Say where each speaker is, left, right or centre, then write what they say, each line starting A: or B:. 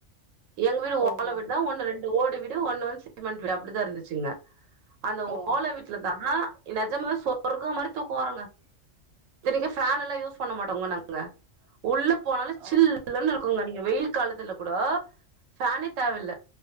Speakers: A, on the right; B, on the right.
A: எங்க வீடு
B: ஓஹோ
A: ஓல வீடுதா ஒண்ணு ரெண் டு ஓடு வீடு ஒன்னு வந்து சிமெண்ட் வீடு அப்டிதா இருந்திச் சிங்க அந்த
B: ஓ
A: ஓல வீட்ல தா நெஜமா சொர்கோ மாரி தூக்கோ வருங்க இத்தனைக்கு ஃபேனெல்லா யூஸ் பண்ண மாட்டோங்க நாங்க உள்ள போனாலே சில்லுனுருக்
B: ஓ
A: குங்க நீங்க வெயில் காலத்துல கூடோ ஃபேனே தேவ்ல்ல